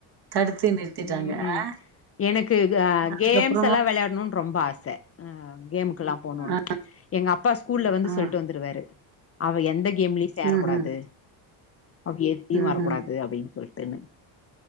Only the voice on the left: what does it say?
உம்
எனக்கு
கேம்ஸ் எல்லாம் விளையாடணும்னு ரொம்ப ஆசை ஹ கேம். ல்லாம் போணும்னு
எங்க அப்பா ஸ்கூல்ல வந்து
சொல்லிட்டு வந்துருவாரு அவ எந்த கேம்லயும் சேரக்கூடாது.
அவி ல்ல
வரக்கூடாது
அப்படின்னு சொல்லிட்டுன்னு